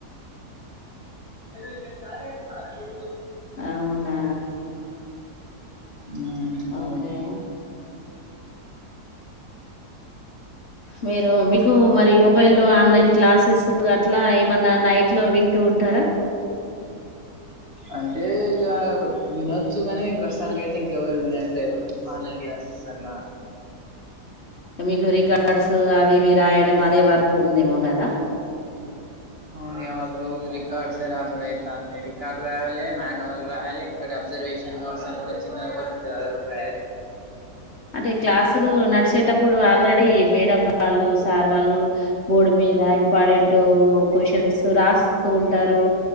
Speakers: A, on the right; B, on the left.
A: ఎ తారే ఎ
B: అవునా
A: ఉమ్ అవును
B: ఓకే మీరు మీకు మరి మొబైల్ ఆన్లైన్ క్లాసెస్ ఇ అట్లా ఏమన్నా నైట్ లో వింటూ ఉంటారా
A: అంటే ఇక వినొచ్చు కాని ప్రస్తుతానినికి అయితే ఇంకెవరు వినట్లేరు ఆన్లైన్ క్లాసె అట్లా
B: మీకు రికార్డ్స్ అవి ఇవి రాయడం అదే వర్క్ ఉందేమో కదా
A: అవు నే మాకు రోజు రికార్డ్స్ రాసడ అయితు అంది రికార్డ్ రావాలి మానుయువల్ రాయాలి ఇంకా అబ్జర్వ్ అబ్జర్వేషన్ నోట్స్ అని కూడా వచ్చింది అదోటి ఉంటుంది అది కూడా రాయాలి
B: అంటే క్లాసులు నడిచేటప్పుడు ఆల్రెడీ మేడం వాళ్ళు సార్ వాళ్ళు బోర్డు మీద ఇంపార్టెంట్ క్యూస్టియన్ రాస్తూ ఉంటారు